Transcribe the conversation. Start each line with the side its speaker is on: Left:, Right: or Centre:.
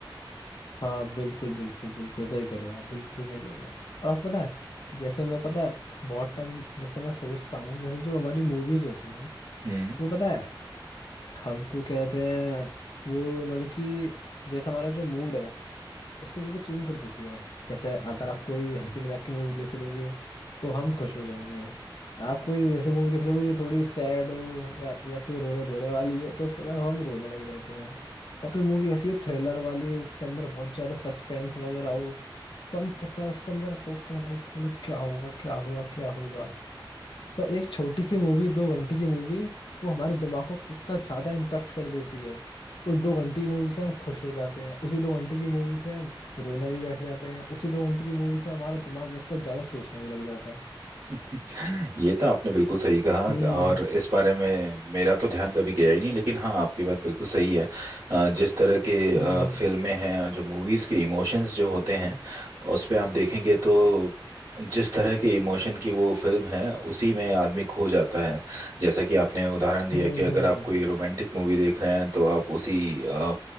Left: हाँ बिल्कुल बिल्कुल बिल्कुल सही कह रहे हो आप बिल्कुल सही कह रहे हो और आपको पता है जैसे मैं पता है बहुत टाइम जैसे मैं सोचता हूँ जैसे जो हमारी मूवीज होती हैं
Right: हम्म
Left: वो पता है हमको कहते हैं वो मतलब कि जैसे हमारा जो मूड है उसको बिल्कुल चेंज कर देती है जैसे अगर आप कोई हंसी मजाक की मूवी देख लोगे तो हम खुश हो जाएंगे आप कोई जैसे मूवी देख लोगे जो थोड़ी सैड हो या या कोई रोने धोने वाली हो तो उसके अंदर हम रोने लग जाते हैं या कोई मूवी ऐसी हो थ्रिलर वाली इसके अंदर बहुत ज्यादा सस्पेंस वगैरह हो तो हम कहते हैं उसके अंदर सोचते हैं भाई इसके अंदर क्या होगा क्या होगा क्या होगा तो एक छोटी सी मूवी दो घंटे की मूवी वो हमारे दिमाग को कितना ज्यादा इम्पेक्ट कर देती है उस दो घंटे की मूवी से हम खुश हो जाते हैं उसी दो घंटे की मूवी से हम रोने भी बैठ जाते हैं उसी दो घंटे की मूवी से हमारा दिमाग इतना ज्यादा सोचने भी लग जाता है
Right: <laughs> ये तो आपने बिल्कुल सही कहा
Left: हम्म
Right: और इस बारे में मेरा तो ध्यान कभी गया ही नहीं लेकिन हाँ आपकी बात बिल्कुल सही है अ, जिस तरह के अ,
Left: हम्म
Right: फिल्में हैं और जो मूवीज के इमोशंस जो होते हैं उस पे आप देखेंगे तो जिस तरह के इमोशन की वो फिल्म है उसी में आदमी खो जाता है जैसा कि आपने उदाहरण दिया
Left: हम्म
Right: कि अगर
Left: हम्म,
Right: आप कोई रोमांटिक मूवी देख रहे हैं तो आप उसी अ,